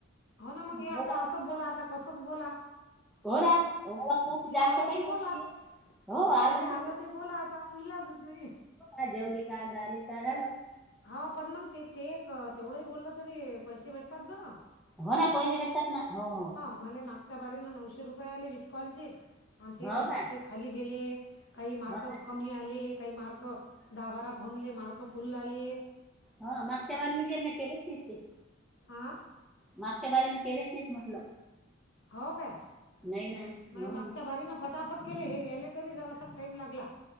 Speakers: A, on the left (about 60°); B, in the centre.
A: हो ना मंग
B: बोला
A: हे आता असं बोला आता कसंच बोला.
B: हो ना ओळख नसते
A: जे
B: जास्त
A: आलो
B: काही
A: ते
B: नसते
A: बोला.
B: हो
A: हा जे
B: की
A: आलं ते, बोला आता इलाजच नाही.
B: हा जेवली कान राअली का झालं.
A: हा पण मंग ते ते क तेवढंही बोललं तरी पैशे भेटतात ब ना.
B: हो ना, पैसे भेटतात ना हो..
A: मले ही मागच्या बारीनें नऊशे रुपये आले वीस कॉलचे आणि ते त्याच्यात
B: हो का
A: काही खाली गेले काही मार्क
B: हो ना?
A: कमी आले काही मार्क दहा बारा फोनले मार्क फुल आले.
B: हा मागच्या वारणीत <unintelligible> केलेच नाही ते.
A: आं
B: मागच्या बारीने केलेच नाहीत म्हटलं.
A: हाव काय
B: नाही ना
A: माय
B: हो
A: मागच्या बारी ना फट टाफट केले हे यायले तरी जरासा टाईम लागला.